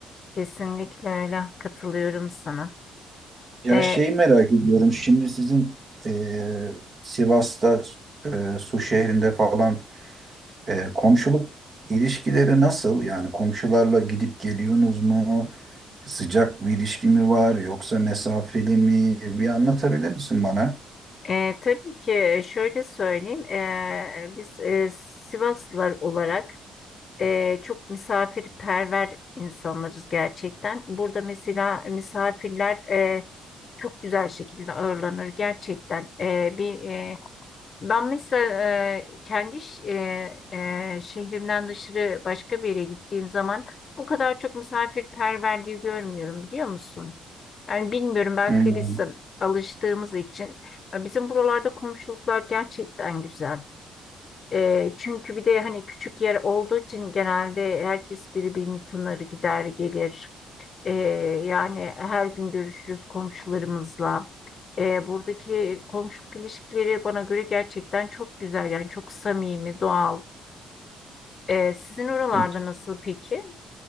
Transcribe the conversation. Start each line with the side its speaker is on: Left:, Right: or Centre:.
Left: kesinlikle öyle katılıyorum sana.
Right: Ya
Left: Ee,
Right: şeyi merak ediyorum. Şimdi sizin eee, Sivas'ta eee, Su şehrinde falan eee, komşuluk ilişkileri nasıl? Yani komşularla gidip geliyorsunuz mu? Sıcak bir ilişki mi var yoksa mesafeli mi? Bir anlatabilir misin bana?
Left: e, tabii ki şöyle söyleyeyim Ee, biz e, Sivaslılar olarak e, çok misafirperver insanlarız gerçekten. Burada mesela misafirler e, çok güzel şekilde ağırlanır gerçekten. E, bir e, ben mesela e, kendi ş- e, e, şehrimden dışarı başka bir yere gittiğim zaman bu kadar çok misafirperverliği görmüyorum biliyor musun? Yani bilmiyorum belki
Right: Hmm.
Left: de biz alıştığımız için. Bizim buralarda komşuluklar gerçekten güzel. E, çünkü bir de hani küçük yer olduğu için genelde herkes birbirini tanır, gider gelir. E, yani her gün görüşürüz komşularımızla. E, buradaki komşuluk ilişkileri bana göre gerçekten çok güzel. Yani çok samimi, doğal. Ee, sizin oralarda
Right: Peki,
Left: nasıl peki?